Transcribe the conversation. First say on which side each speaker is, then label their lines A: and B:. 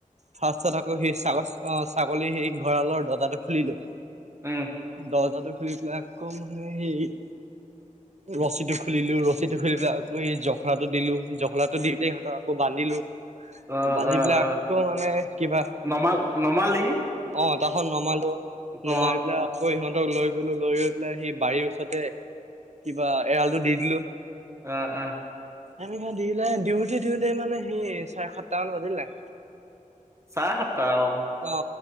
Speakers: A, on the right; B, on the right.
A: ফাৰ্ষ্টত আকৌ সেই ছাগ অ ছাগলী সেই ঘঁৰালৰ দৰ্জাটো খুলিলো।
B: উম।
A: দৰ্জাটো খুলি পেলাই আকৌ মানে সেই ৰছীটো খুলিলো, ৰছীটো খুলি পেলাই আকৌ সেই জখলাটো দিলো, জখলাটো দি পেলাই সিহতক আকৌ বান্ধিলো।
B: অ
A: বান্ধি
B: অ
A: পেলাই
B: অ
A: আকৌ মানে কিবা
B: নমাল নমালি
A: অ' তাৰপাছত নমালো
B: অ
A: নমাই পেলাই আক কৌ সিহঁতক লৈ গ'লো লৈ গৈ পেলাই সি বাৰী ওচৰতে কিবা এৰালটো দি দিলো।
B: আ' আ।
A: এনেকা দিলে দিওঁতে দিওঁতে মানে সি চাৰে সাতটা মান বাজিলে।
B: চাৰে সাতটা অ'।
A: অ